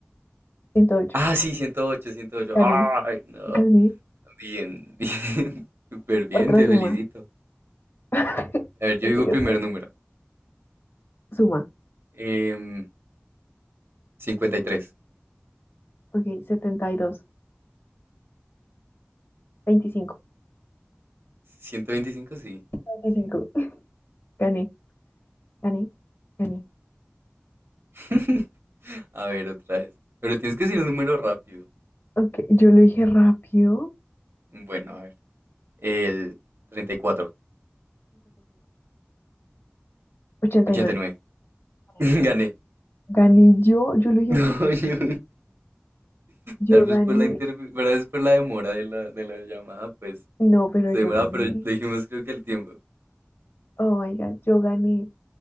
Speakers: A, on the left (about 75°); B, on the right (about 80°).
A: ciento ocho.
B: Ah, sí, ciento ocho ciento ocho
A: Gané.
B: Ay, no.
A: Gané.
B: Bien, bien. <laughs> Súper bien,
A: Otra
B: te
A: suma.
B: felicito.
A: <laughs>
B: A ver,
A: ¿Qué
B: yo digo
A: quería
B: el primer
A: hacer?
B: número.
A: Suma.
B: Em, 53.
A: Ok, setenta y dos veinticinco
B: 125, sí.
A: veinticinco
B: Sí.
A: Gané. Gané. Gané.
B: <laughs> A ver, otra vez. Pero tienes que decir el número rápido.
A: Ok, yo lo dije rápido.
B: Bueno, a ver. El treinta y cuatro
A: 55. 89.
B: ochenta y nueve
A: Gané
B: <laughs> Gané.
A: Gané yo. Yo lo dije.
B: No,
A: pri-
B: <laughs> yo-
A: Yo
B: Tal vez
A: gané.
B: por la interfe- tal vez por la demora de la, de la llamada, pues
A: No, pero
B: se
A: yo
B: demoraba,
A: gané.
B: pero dijimos creo que el tiempo.
A: Oh my God, yo gané.